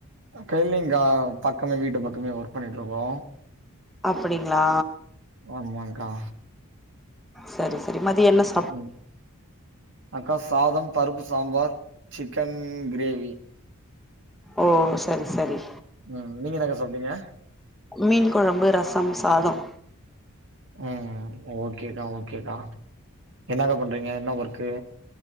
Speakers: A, on the right; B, in the centre.
A: ட்ரில்லிங்கா பக்கமே வீட்டு பக்கமே ஒர்க் பண்ணிட்டு இருக்கோ
B: அப்படிங்களா
A: ஆமாங்க்கா
B: சரி சரி மதிய என்ன ச
A: உம் அக்கா சாதம் பருப்பு சாம்பார் சிக்கன் க்ரேவி
B: ஓ சரி சரி
A: ம் நீங்க என்னக்க சாப்டீங்க
B: மீன் கொழம்பு ரசம் சாதம்
A: ம் ஓகேக்கா ஓகேக்கா என்னக்கா பண்றீங்க என்ன ஒர்க்கு